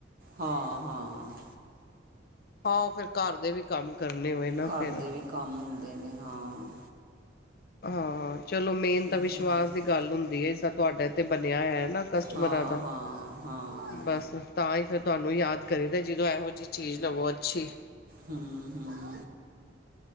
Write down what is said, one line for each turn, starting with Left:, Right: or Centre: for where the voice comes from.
Right: ਹਾਂ ਹਾਂ
Left: ਹੋ ਫਿਰ ਘਰ ਦੇ ਵੀ ਕੰਮ ਕਰਨੇ ਹੋਏ ਨਾ
Right: ਘਰ
Left: ਫੇਰ
Right: ਦੇ ਵੀ ਕੰਮ ਹੁੰਦੇ ਨੇ ਹਾਂ,
Left: ਹਾਂ ਚਲੋ ਮੇਨ
Right: ਤੇ
Left: ਤਾਂ ਵਿਸ਼ਵਾਸ
Right: ਹਾਂ
Left: ਦੀ ਗੱਲ ਹੁੰਦੀ ਹੈ। ਇਸ ਤੁਹਾਡੇ ਤੇ ਬਣਿਆ ਹੋਇਆ ਨਾ ਕਸਟਮਰਾਂ
Right: ਹਾਂ
Left: ਦਾ
Right: ਹਾਂ ਹਾਂ
Left: ਬਸ ਤਾਂ ਹੀ ਫਿਰ ਤੁਹਾਨੂੰ ਯਾਦ ਕਰੀਦਾ, ਜਦੋਂ ਇਹੋ ਜਿਹੀ ਚੀਜ਼ ਲਵੋ ਅੱਛੀ।
Right: ਹਮ ਹਮ